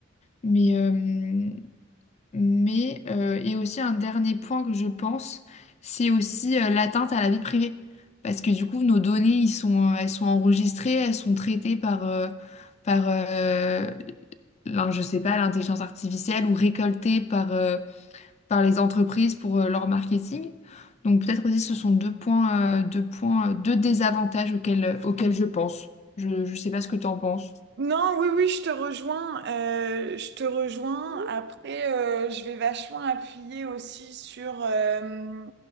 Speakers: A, on the left; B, on the right.
A: Mais, euh, mais, euh, et aussi un dernier point que je pense, c'est aussi euh, l'atteinte à la vie privée. Parce que du coup, nos données, ils sont, euh, elles sont enregistrées, elles sont traitées par, euh, par euh, l'in- je sais pas, l'intelligence artificielle ou récoltées par, euh, par les entreprises pour euh, leur marketing. Donc peut-être aussi ce sont deux points, euh, deux points, euh, deux désavantages auxquels, euh, auxquels je pense. Je ne sais pas ce que tu en penses.
B: Non, oui, oui, je te rejoins. euh, je te rejoins. Après, euh, je vais vachement appuyer aussi sur euh,